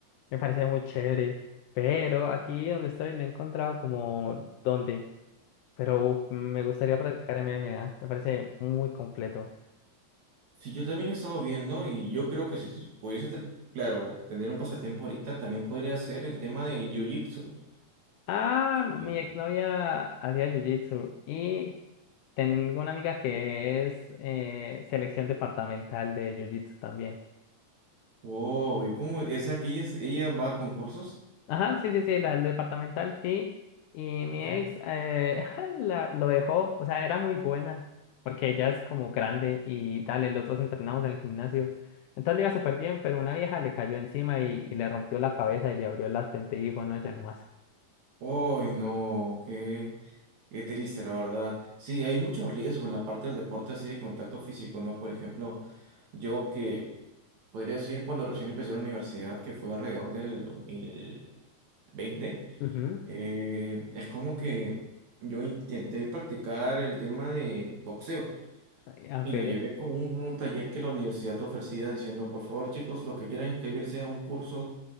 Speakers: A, on the left (about 75°); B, on the right (about 55°).
A: me parece muy chévere, pero aquí donde estoy no he encontrado como dónde, pero uf, me gustaría practicar MMA, me parece muy completo.
B: Sí, yo también he estado viendo y yo creo que si pudiese, ten- claro, tener un pasatiempo ahorita también podría ser el tema de Jiu-Jitsu.
A: Ah,
B: Y-
A: mi exnovia hacía jiu-jitsu y Tengo una amiga que es eh, selección departamental de Jiu-Jitsu también.
B: Wow, ¿y cómo? ¿Esa que ella, es- ella va a concursos?
A: Ajá, sí, sí, sí, la del departamental, sí. Y mi
B: Ujú.
A: ex eh, <laughs> la, lo dejó, o sea, era muy buena, porque ella es como grande y dale, los dos entrenamos en el gimnasio. Entonces le iba súper bien, pero una vieja le cayó encima y, y le rompió la cabeza y le abrió la frente y dijo, no, ya no más.
B: Uy, no, qué, qué triste, la verdad. Sí, hay mucho riesgo en la parte del deporte así de contacto físico, ¿no? Por ejemplo, yo que podría decir cuando recién empecé la universidad, que fue alrededor del dos mil veinte
A: Ujú.
B: Eh, es como que yo intenté practicar el tema de boxeo
A: Ay, ah, Ok.
B: y lo llevé con un, un taller que la universidad ofrecía diciendo, por favor chicos, los que quieran inscribirse a un curso